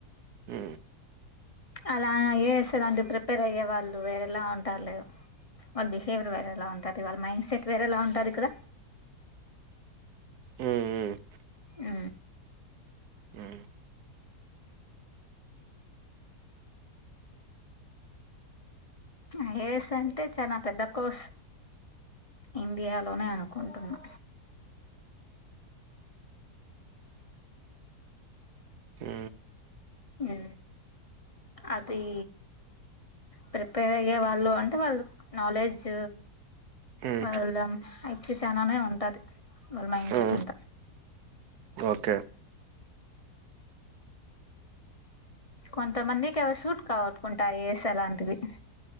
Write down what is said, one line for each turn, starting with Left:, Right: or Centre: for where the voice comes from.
Right: ఉ
Left: అలా ఐఏఎస్ లాంటి ప్రిపేర్ అయ్యే వాళ్ళు వేరేలా ఉంటారులే వాళ్ళ బిహేవియర్ వేరే ఎలా ఉంటది వాళ్ళ మైండ్ సెట్ వేరే ఎలా ఉంటది కదా
Right: ఉ ఉ
Left: ఉ
Right: హ్మ్
Left: ఐఏఎస్ అంటే చానా పెద్ద కోర్స్ ఇండియాలోనే అనుకుంటున్నా
Right: ఉ
Left: ఉ అది ప్రిపేర్ అయ్యే వాళ్ళు అం టే వాళ్ళు నాలెడ్జ్
Right: హ్మ్
Left: వాళ్ళ ఐక్యూ చాననే ఉంటది మైండ్
Right: హ్మ్
Left: సెట్ అంతా
Right: ఓకే
Left: కొంత మందికి అవి సూట్ కావుకుంటా ఐ ఏ ఎస్ అలాంటివి